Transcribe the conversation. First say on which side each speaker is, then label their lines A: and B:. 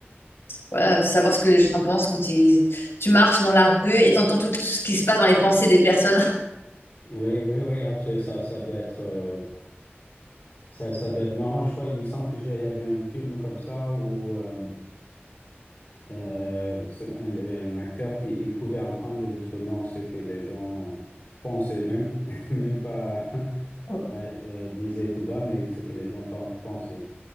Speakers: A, on the left (about 75°); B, on the left (about 50°).
A: voilà, savoir ce que les gens pensent quand ils... tu marches dans la rue et t'entends tout ce qui se passe dans les pensées des personnes.
B: oui, oui, oui, absolument. Ça, ça doit être, euh, ça, ça doit être marrant. Je crois, il me semble que j'ai, il y avait un film comme ça où euh, euh, c'est un- il y avait un acteur qui il pouvait entendre justement ce que les gens pensaient, même, <laughs> même pas <laughs>
A: <laughs>
B: euh, euh, disaient tout bas, mais ce que les gens pen- pensaient.